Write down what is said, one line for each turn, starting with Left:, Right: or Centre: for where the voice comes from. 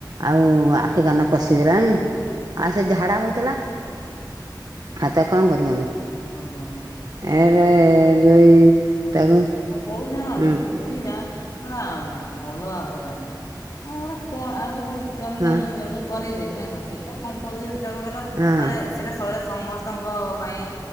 Right: ଆଉ ଆଖି କାନ ପଶିଗଲାଣି। ଆଉ ସେ ଝାଡା ହଉଥିଲା ଆଉ ତ କଣ କରିବୁ ଆମେ?
Left: ଓହୋ।
Right: ଏନ୍ ଏରେ ଯୋଇ ତାକୁ
Left: କରୁଥିଲେ ନା ହେଲେ
Right: ହୁଁ
Left: ସେ ବୁଢୀଟା ପୁରା ଅଲଗା ପ୍ରକାର। ଆଟ କଣ ଆଉ କଣ
Right: ହଁ
Left: ମୁଁ ମୁଁ କରେଇଦେଲି ନା କଣ? ସେଇଟା ତ କମ୍ପଲସରି ସେଟା କଣ କହିଲ
Right: ହଁ
Left: ମାନେ ସେଇଟା ଶରୀର ସମସ୍ତଙ୍କ ପାଇଁ